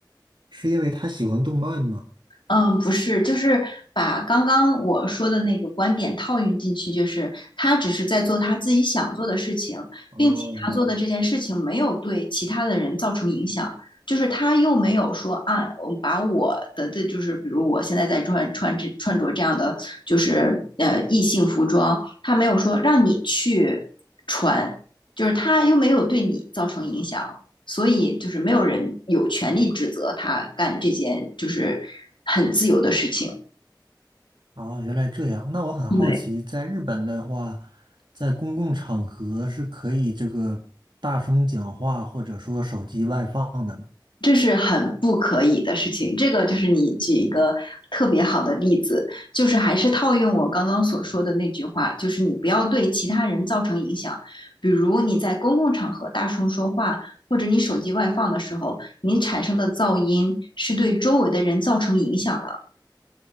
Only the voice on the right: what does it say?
是因为他喜欢动漫吗？
哦，
哦，原来这样。那我很好奇，
在日本的话，在公共场合是可以这个大声讲话，或者说手机外放的吗？